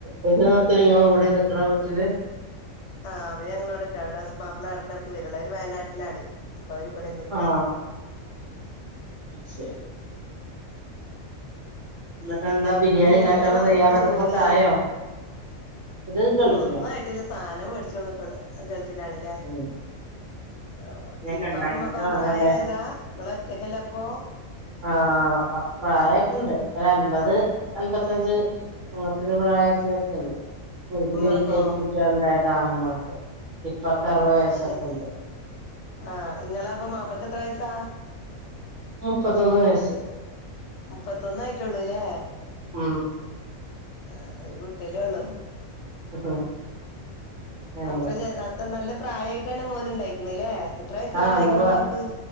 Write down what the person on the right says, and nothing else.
ഒരു നാത്തൂൻ നിങ്ങളെ കൂടെ നിക്കണ വീട്ടില്
ആഹ് ശരി എന്നിട്ട് എന്താ ബിരിയാണി
ഇണ്ടാക്കാനുള്ള
തയ്യാറെടുപ്പൊക്കെ
ആയോ ഇത് ഗൾഫിലാ
ഉം
ഇനിയൊക്കെ
ഉണ്ടാക്കിട്ട്
വേണല്ലേ
ആ പ്രായൊക്കെ
ഇണ്ട്
ഒരു അൻപത് അത് അൻപത്തഞ്ച് <unintelligible> പ്രായത്തിനൊക്കെ ഇണ്ട് <unintelligible>
ലേറ്റ് ആയിട്ട് കുട്ടികളുണ്ടായതാ ആ മ്മാക്ക് ഇപ്പാക്ക് അറുപത്
വയസ്സൊക്കെ
ഇണ്ട്
മുപ്പതൊന്ന് വയസ്
ഉം
ഉം. അങ്ങനെ
ആഹ്
നല്ല പ്രാ